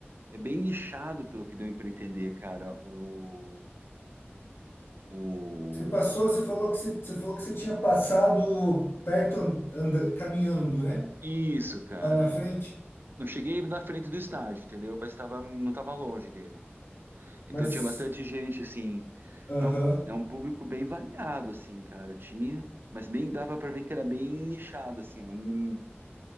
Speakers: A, on the right; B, on the left.
A: é bem nichado, pelo que deu pra entender, cara, o... o-
B: Você passou, você falou que você, você falou que você tinha passado perto and- anda- caminhando, né?
A: Isso, cara.
B: Lá na frente.
A: Não cheguei na frente do estádio, entendeu? Mas tava, não estava longe dele. Então
B: Mas,
A: tinha bastante gente, assim.
B: aham.
A: É um, é um público bem variado, assim, cara. Tinha, mas bem dava para ver que era bem nichado, assim. Era um